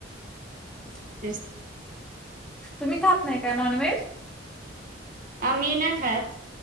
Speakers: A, in the centre; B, on the right (about 45°).
A: <unintelligible>
B: तेच.
A: तुम्ही खात नाही का नॉन व्हेज
B: आम्ही ना खात